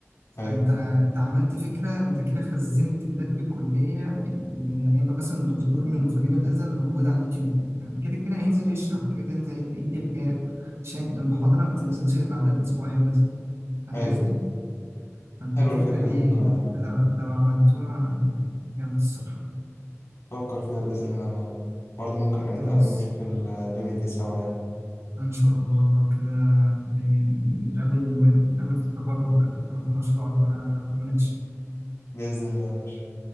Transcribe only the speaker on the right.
انت انت عملت فكره انت كده خزنت ذات الكليه يعني إن هيبقى مثلا دكتور من قديم الازل موجود على اليوتيوب فاهم؟ كده كده هينزل يشرح كده كده هينزل يدي غياب عشان المحاضره ما بتنزلش غير بعدها باسبوعين مثلا فاهم
قصدي؟ فانت
الفكره
دي
لو
لو عملتوها هتبقى جامد الصراحه
خلاص
ان شاء الله لو كده ن- ن- نتقابل ون- نتقابل في التخرج بقى نتقابل في مشروعك بقى في المناقشه